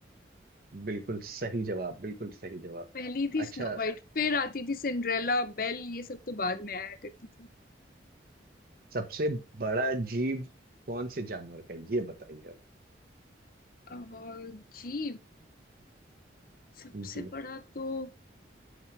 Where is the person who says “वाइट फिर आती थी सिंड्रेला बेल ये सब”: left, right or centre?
Left